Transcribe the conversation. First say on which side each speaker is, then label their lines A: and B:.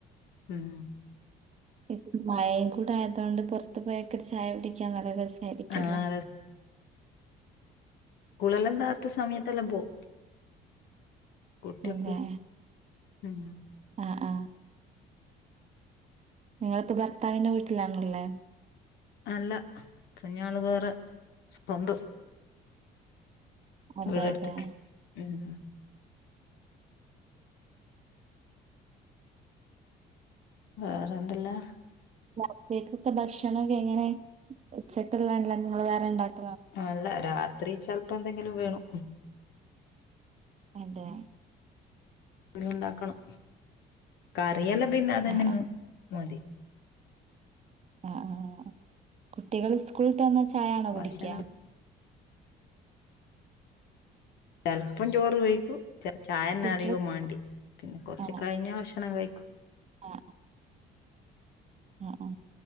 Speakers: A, on the left (about 80°); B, on the right (about 40°).
A: ഉം
B: ഇ മഴയും കൂടെ ആയതുകൊണ്ട് പുറത്ത് പോയൊക്കെ ചായ കുടിക്കാൻ നല്ല രസ <unintelligible>
A: ആഹ് കുളിലെന്താത്ത സമയത്തെല്ലാം പോവും. കുട്ടിയോക്ക്
B: അതെ
A: ഉം
B: ആ ഹാ നിങ്ങളിപ്പോ ഭർത്താവിന്റെ വീട്ടിലാണല്ലേ?
A: അല്ല കുഞ്ഞള് വേറെ സ്വന്തം
B: അതെ
A: വേരെടുത്തേക്ക്.
B: അതെ
A: ഉം. വേറെന്തല്ലാ?
B: ത്തേക്ക് ഭക്ഷണമൊക്കെ എങ്ങനെ ഉച്ചയ്ക്കുള്ളല്ല നിങ്ങൾ വേറെണ്ടാക്ക
A: അല്ല രാ ത്രിച്ച ഇപ്പൊ എന്തെങ്കിലും വേണോ?
B: അതെ
A: ഉണ്ടാക്കണം. ക <unintelligible> പിന്നെ അതന്നെങ്ങ്
B: ആഹ് ആഹ്
A: മോന്തി.
B: ആ ആ കുട്ടികൾ സ്കൂളിത ചായയാണോ
A: ഭക്ഷണം
B: കുടിക്ക?
A: ചെലപ്പം ചോറ് വെയ്ക്കും. ചായന്നെ
B: കുട്ടി
A: അധികവും
B: ഡ്രസ്
A: വേണ്ടി പിന്നെ കൊറച്ച്
B: ആ
A: കഴിഞ്ഞ ഭക്ഷണം കഴിക്കും.
B: ആ ആ ആ